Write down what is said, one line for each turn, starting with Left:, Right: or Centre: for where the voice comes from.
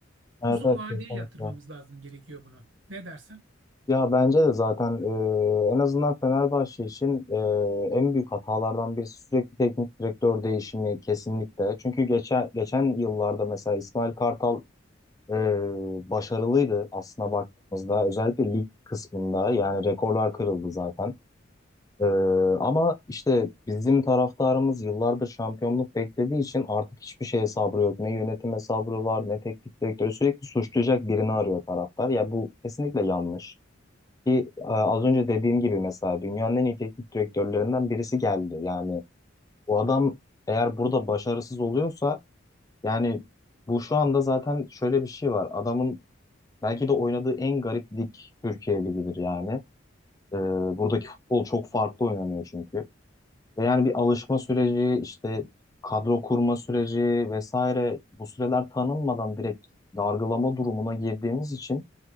Left: Evet
Right: Uzun
Left: evet
Right: vadeye
Left: kesinlikle.
Right: yatırmamız lazım gerekiyor bunu. Ne dersin?
Left: Ya bence de zaten e, en azından Fenerbahçe için e, en büyük hatalardan birisi sürekli teknik direktör değişimi kesinlikle. Çünkü geçen geçen yıllarda mesela İsmail Kartal e, başarılıydı aslında baktığımızda. Özellikle lig kısmında yani rekorlar kırıldı zaten. Ee, ama işte bizim taraftarımız yıllardır şampiyonluk beklediği için artık hiçbir şeye sabrı yok. Ne yönetime sabrı var, ne teknik direktörü sürekli suçlayacak birini arıyor taraftar. Ya bu kesinlikle yanlış. Ki e, az önce dediğim gibi mesela dünyanın en iyi teknik direktörlerinden birisi geldi. Yani bu adam eğer burada başarısız oluyorsa yani bu şu anda zaten şöyle bir şey var. Adamın belki de oynadığı en garip lig Türkiye Ligi'dir yani. Ee, buradaki futbol çok farklı oynanıyor çünkü. Ve yani bir alışma süreci, işte kadro kurma süreci vesaire bu süreler tanınmadan direkt dargılama durumuna girdiğimiz için